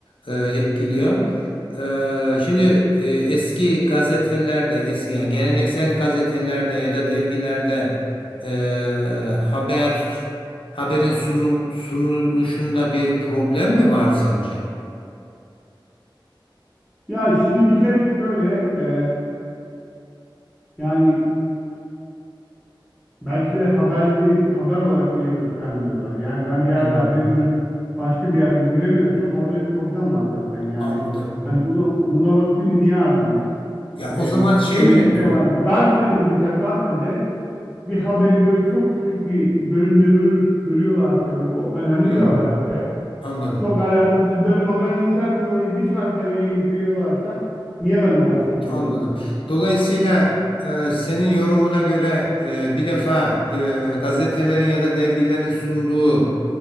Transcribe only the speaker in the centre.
Ya şimdi bir kere şöyle e, yani Belki de haberleri haber olarak bile göstermiyorlar. Yani ben bir yerde
haberi görüp başka bir yerde göremiyorsam orada bir problem var zaten. Yani
hani bunu buna vaktimi niye harcayayım?
Bir
de
öyle
bir şey var. Gazetede mesela gazetede bir haberi böyle çok küçük bir bölümde görür, görüyorlarsa böyle o önemli
bir haberse
çok alakasız böyle magazinsel bir olayı bir sayfaya yayıp veriyorlarsa niye ben o gazeteyi
alayım?